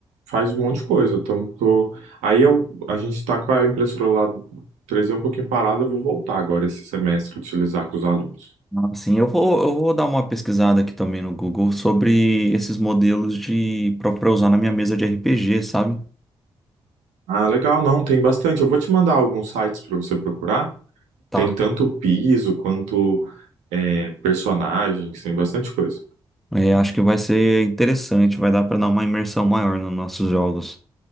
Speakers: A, on the right; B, in the centre.
A: faz um monte de coisa. Eu tô, tô- aí eu- a gente tá com a impressora lá três d um pouquinho parada, eu vou voltar agora esse semestre utilizar com os alunos.
B: Assim, eu vou, eu vou dar uma pesquisada aqui também no Google sobre esses modelos de para usar na minha mesa de RPG, sabe?
A: Ah, legal, não, tem bastante. Eu vou te mandar alguns sites para você procurar.
B: Tá.
A: Tem tanto piso quanto é, personagens, tem bastante coisa.
B: É, acho que vai ser interessante, vai dar pra dar uma imersão maior nos nossos jogos.